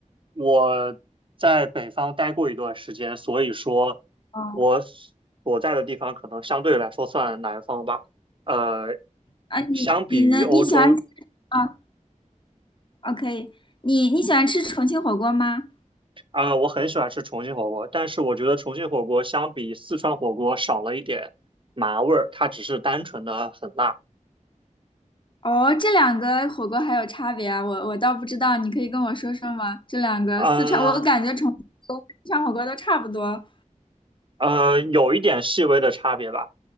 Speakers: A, on the right (about 40°); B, on the left (about 40°).
A: 我在北方待过一段时间，所以说我所在的地方可能相对来说算南方吧。
B: 哦，
A: 呃，
B: 啊，你你能你喜欢吃？
A: 相比于欧洲，
B: 啊，哦，可以。你你喜欢吃重庆火锅吗？
A: 啊、我很喜欢吃重庆火锅，但是我觉得重庆火锅相比四川火锅少了一点麻味儿，它只是单纯的很辣，
B: 哦，这两个火锅还有差别啊？我我倒不知道，你可以跟我说说吗？这两个四川，
A: 啊
B: 我感觉重庆火锅、四川火锅都差不多。哦，
A: 呃，有一点细微的差别吧。